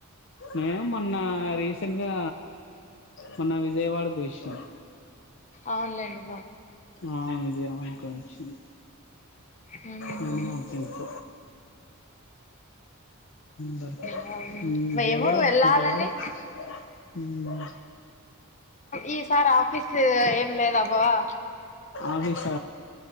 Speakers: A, on the left (about 55°); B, on the left (about 30°).
A: నేను మొన్న రీసెంట్గా మొన్న విజయవాడకి వోయివచ్చినాం.
B: అవును లేండి
A: ఆ విజయవాడకు వోయి వచ్చినాం
B: అవునులేండి
A: నేను మా ఫ్రెండ్స్. బర
B: బావ
A: విజయగడ
B: మేము వెళ్ళాలని
A: విజయవాడ హ
B: ఈ సార్ ఆఫీస్ ఏం లేదాబ్బావా
A: ఆఫీస్